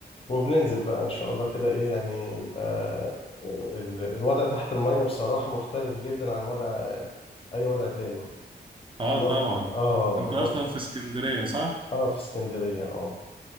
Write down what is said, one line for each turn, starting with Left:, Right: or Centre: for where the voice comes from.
Left: وبننزل بقى ان شاء الله كده ايه يعني بيبقى ال... الوضع تحت الميه بصراحه مختلف جدا عن وضع اي وضع تاني
Right: اه
Left: مر...
Right: طبعا
Left: اه
Right: انت اصلا
Left: مر...
Right: في اسكندريه صح
Left: اه في اسكندريه اه